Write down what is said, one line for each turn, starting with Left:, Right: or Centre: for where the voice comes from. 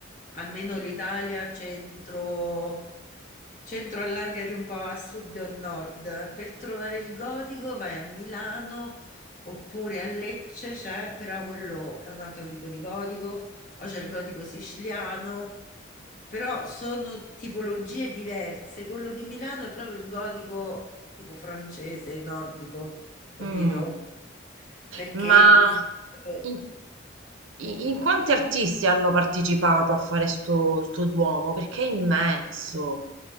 Left: almeno l'Italia centro, centro allarga di un po' a sud e a nord. Per trovare il gotico vai a Milano oppure a Lecce, c'è, però quello è un altro tipo di gotico, o c'è il gotico siciliano. Però sono tipologie diverse. Quello di Milano è proprio il gotico tipo francese, nordico, capito?
Right: mm.
Left: Perché
Right: Ma
Left: per esempio,
Right: in, i- in quanti artisti hanno partecipato a fare sto, sto Duomo? Perché è immenso,